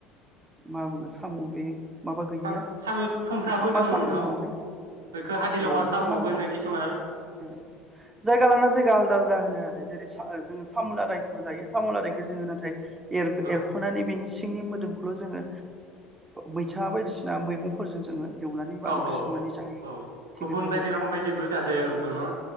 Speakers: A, on the right; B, on the right.
A: मा बुङो साम' बे माबा
B: औ
A: गैयिया
B: साम' थुमफ्राबो
A: बेखौ मा
B: दं
A: साम
B: नोंथां
A: होनोमोनथाय
B: बेखौ हादिलङा
A: औ बेखौ
B: साम'बो
A: मा होनोथाय
B: होनो किसुमान
A: ओ जायगा लाना जायगा आलदा आलदा होनो आरो जेरै जोङो सामुलादायखौबो जायो सामुलादायखौ जोङो नाथाय एर
B: औ
A: एरखनानै बिनि सिंनि मोदोमखौल' जोङो मैथा बायदिसिना मैगंफोरजों जोङो एवनानै बा
B: औ
A: ओंख्रि
B: औ
A: संनानै जाहायो
B: औ
A: थिग
B: गुबुन
A: बेबायदि
B: बायदि
A: आरो
B: रोखोम बायदिबो जाजायो नोंथां न'